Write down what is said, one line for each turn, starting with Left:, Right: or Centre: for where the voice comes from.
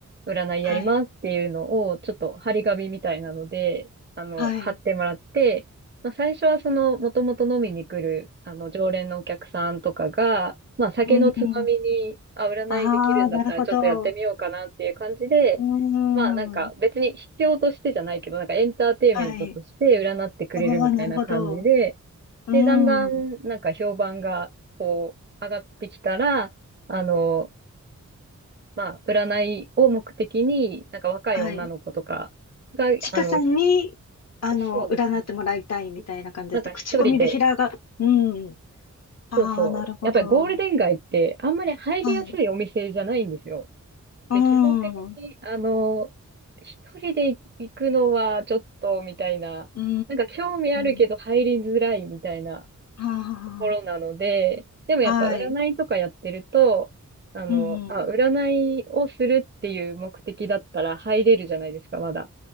Right: 占いやりますっていうのをちょっと張り紙みたいなので、
Left: はい、
Right: あの、
Left: はい、
Right: 貼ってもらって、まあ最初はその元々飲みに来る、あの、常連のお客さんとかが、まあ酒のつまみに、
Left: うん、
Right: あ、占いできるんだったらちょっとやってみようかなっていう感じで、
Left: ああ、なるほど、うん、
Right: まあなんか別に必要としてじゃないけど、なんかエンターテインメントとして占ってくれるみたいな感じで、
Left: はい、ああ、なるほど、うん、
Right: で、だんだんなんか評判が
Left: うん、
Right: 上がってきたら、あの、まあ占いを目的に、なんか若い女の子とかが、
Left: はい。ちかさんに、
Right: あの、ひ
Left: あの、
Right: そうですね。
Left: 占ってもらいたいみたいな感じで、
Right: うんなんか一人で、
Left: 口コミで平が、うん、ああ、
Right: そうそう。
Left: なるほど、
Right: やっぱりゴールデン街ってあんまり入りやすいお店じゃないんですよ。
Left: はい、う
Right: で、基本的に、
Left: ん、
Right: あの、一人で行くのはちょっと、みたいな、
Left: うー
Right: なんか興味あるけど入りづらいみたいな
Left: ん。あ
Right: ところなので、でもやっぱ占いとかやってると、
Left: あ、はい。
Right: あの、
Left: うん。
Right: あ、占いをするっていう目的だったら入れるじゃないですか、まだ。